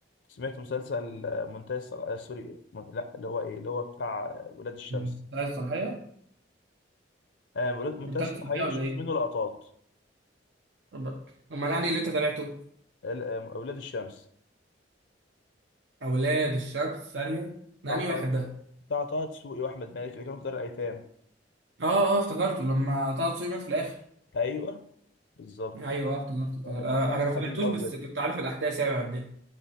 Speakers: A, on the left (about 75°); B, on the right (about 80°).
A: سمعت مسلسل آه، منتهى الصلاحيه آه سوري من... لا اللي هو ايه اللي هو بتاع آه، ولاد الشمس
B: منتهي الصلاحيه
A: آه ولاد منتهى
B: منتهي
A: الصلاحيه
B: الصلاحيه
A: شفت
B: ولا ايه
A: منه لقطات
B: طب- امال انهي اللي انت تابعته
A: ال- آه، ولاد الشمس
B: اولاد الشمس ساريه ده
A: بتاع
B: انهي
A: طه
B: واحد ده
A: بتاع طه دسوقي واحمد مالك اللي كانوا في دار الايتام
B: اه اه افتكرته لما طه دسوقي مات في الاخر
A: ايوه بالظبط
B: ايوه آه، افتكرته افتكرته
A: كانت
B: آه،
A: لحظه
B: انا ما تابعتوش
A: حزينه قوي
B: بس
A: بجد
B: كنت عارف الاحداث يعني عندنا